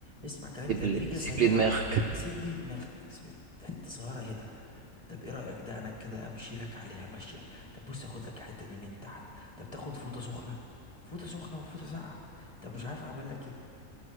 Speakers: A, on the left; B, on the right.
A: اسمع كلامي
B: سيب
A: تدريجه
B: لي سيب
A: سريعه
B: لي دماغك
A: سيب لي دماغك اسيب- حته صغيره هنا طب ايه رايك ده انا كده امشي لك عليها ماشيه طب بص اخد لك الحته دي من تحت طب تاخد فوطه سخنه فوطه سخنه وفوطه ساقعه طب مش عارف اعمل لك ايه